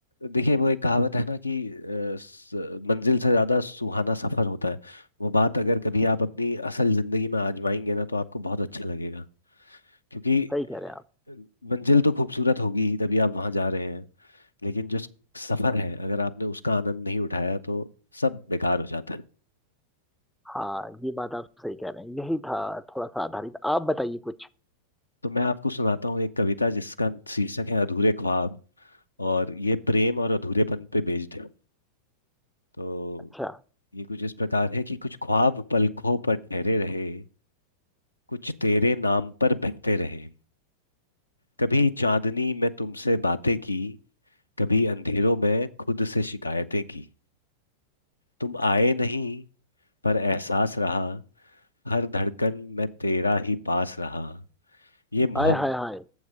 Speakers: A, on the left (about 80°); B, in the centre.
A: देखिए वो एक कहावत है ना कि अ, स- मंजिल से ज्यादा सुहाना सफर होता है वो बात अगर कभी आप अपनी असल जिंदगी में आजमाएंगे ना तो आपको बहुत अच्छा लगेगा क्योंकि
B: सही कह रहे हैं आप
A: अ, मंजिल तो खूबसूरत होगी ही तभी आप वहां जा रहे हैं लेकिन जो सफर है अगर आपने उसका आनंद नहीं उठाया तो सब बेकार हो जाता है
B: हाँ ये बात आप सही कह रहे हैं यही था थोड़ा सा आधारित आप बताइए कुछ
A: तो मैं आपको सुनाता हूँ एक कविता जिसका शीर्षक है अधूरे ख्वाब और ये प्रेम और अधूरेपन पे बेस्ड है तो
B: अच्छा
A: ये कुछ इस प्रकार है कि कुछ ख्वाब पलकों पर ठहरे रहे कुछ तेरे नाम पर बहते रहे कभी चांदनी में तुमसे बातें की कभी अंधेरों में खुद से शिकायतें की तुम आए नहीं पर एहसास रहा हर धड़कन में तेरा ही पास रहा ये मोहब्बत
B: आय हाय हाय